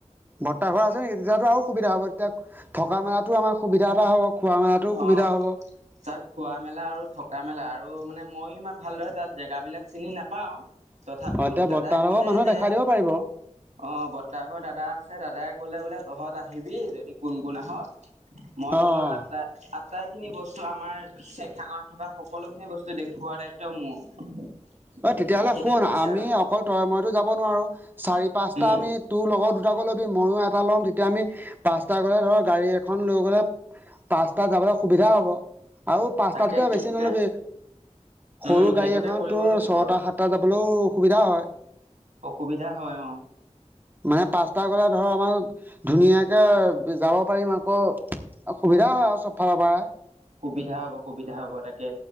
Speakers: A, on the right; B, on the right.
A: বৰ্তা ঘৰ আছে নেকি তেতিয়াতো আৰু সুবিধা হ'ব, তেতিয়া থকা মেলাতো আমাৰ সুবিধা এটা হ'ব। খোৱা মেলাতো সুবিধা
B: অ',
A: হ'ব
B: তাত খোৱা-মেলা আৰু থকা-মেলা আৰু মানে ময়ো ইমান ভালদৰে তাত জেগাাবলাক চিনি নেপাও তথাপিও
A: অ এতিয়া
B: দাদাই
A: বৰ্তাহতৰ
B: ক'লে
A: ঘৰৰ মানুহে
B: যে
A: দেখাই দিব পাৰিব
B: অ' বৰ্তা ঘৰৰ দাদা আছে দাদাই ক'লে বোলে তহঁত আহিবি যদি কোন, কোন আহ মই
A: অ
B: তহঁতৰ
A: অ
B: আটাই আটাইখিনি বস্তু আমাৰ চিৱচাগৰত থকা সকলোখিনি বস্তু দেখুওৱা দায়িত্ব মোৰ।
A: অ'তেতিয়াহ'লে
B: সেইদৰে
A: শুন,
B: কৈছে
A: আমি
B: আৰু
A: অকল তয়ে-ময়ে টো যাব নোৱাৰো চাৰি, পাঁচটা
B: উম
A: আমি তোৰ লগৰ দুটাকো লবি, ময়ো এটা ল'ম তেতিয়া আমি পাঁচটা গ'লে ধৰ গাড়ী এখন লৈ গ'লে পাঁচ টা যাবলৈ সুবিধা হ'ব আৰু পাঁচটাতকে
B: তাকে সেইটোকে
A: বেছি নল'বি। সৰু
B: উম,
A: গাড়ী
B: সেইটোকে
A: এখনত
B: কৰিব
A: তোৰ
B: লাগিব
A: ছটা
B: আৰু।
A: সাতটা যাবলৈও অসুবিধা হয়।
B: অসুবিধা হয় অ।
A: মানে পাঁচটা গ'লে ধৰ আ <unintelligible> ধুনীয়াকে যাব পাৰিম আকৌ অ' সুবিধা হয় আৰু চব ফালৰ পৰায়ে।
B: সুবিধা হ'ব, সুবিধা হ'ব তাকে